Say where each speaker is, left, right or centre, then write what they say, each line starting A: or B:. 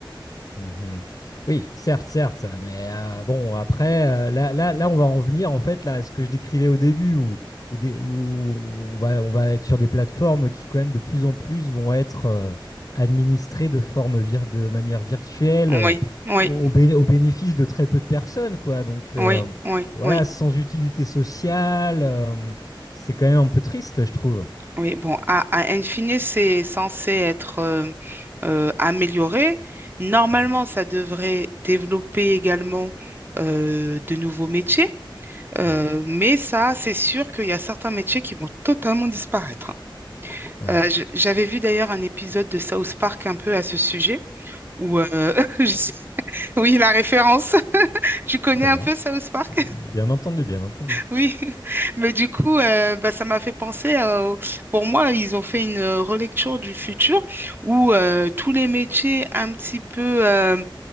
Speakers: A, on the left; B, on the right.
A: Mhm. Oui, certes, certes, mais euh, bon, après, euh, là, là, là, on va en venir en fait là, à ce que je décrivais au début, où, où des- où on va, on va être sur des plateformes qui, quand même, de plus en plus vont être euh, administrées de forme vir- de manière virtuelle,
B: oui,
A: euh,
B: oui,
A: au, bé- au bénéfice de très peu de personnes, quoi. Donc, euh,
B: oui, oui,
A: voilà,
B: oui.
A: sans utilité sociale, euh, c'est quand même un peu triste, je trouve.
B: Oui, bon, à, à in fine, c'est censé être euh, euh, amélioré. Normalement,
A: Mm,
B: ça devrait développer également euh, de nouveaux métiers, Euh,
A: bien.
B: mais ça, c'est sûr qu'il y a certains métiers qui vont totalement disparaître. hein.
A: Ouais,
B: Euh, je- j'avais vu d'ailleurs un épisode de South Park un peu à ce sujet, où, euh, <laughs> je sais- oui, la référence, <laughs> tu connais
A: très
B: un
A: bien.
B: peu South Park?
A: Bien entendu, bien entendu.
B: Oui, <laughs> mais du coup, euh, bah, ça m'a fait penser à... Pour moi, ils ont fait une euh, relecture du futur où euh, tous les métiers un petit peu euh,